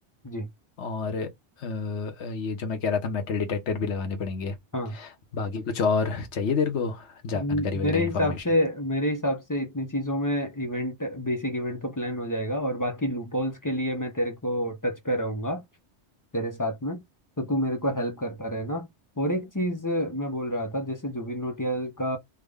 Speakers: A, on the left; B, on the left.
A: जी
B: और अ, ये जो मैं कह रहा था मेटल डिटेक्टर भी लगाने पड़ेंगे
A: हाँ
B: बाकी कुछ और चाहिए तेरे को जानकारी
A: म-
B: वगैरह
A: मेरे
B: इन्फॉर्मेशन
A: हिसाब से मेरे हिसाब से इतनी चीजों में इवेंट बेसिक इवेंट तो प्लान हो जाएगा और बाकी लूपहोल्स के लिए मैं तेरे को टच पे रहूंगा तेरे साथ में तो तू मेरे को हेल्प करता रहना और एक चीज मैं बोल रहा था जैसे जुबिन नौटियाल का